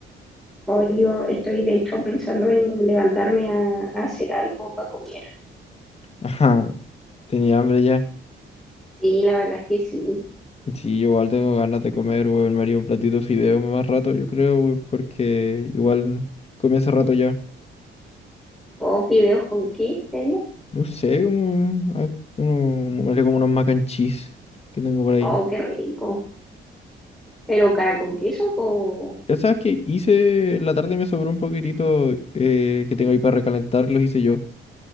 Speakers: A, in the centre; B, on the left.
A: hoy yo estoy, de hecho, pensando en levantarme a, a hacer algo para comer.
B: <laughs> Ajá, tenía hambre ya.
A: Sí, la verdad es que sí.
B: Sí, yo igual tengo ganas de comer, weón. Me haría un platito de fideo más rato, yo creo, weón, porque igual comí hace rato ya.
A: ¿O fideos con qué, te
B: No sé, como, ah, uno- me haré como unos mac and cheese que tengo por ahí.
A: Oh, qué rico. ¿Pero cara con queso o...?
B: Ya sabes que hice, en la tarde me sobró un poquitito eh, que tengo ahí para recalentar, los hice yo.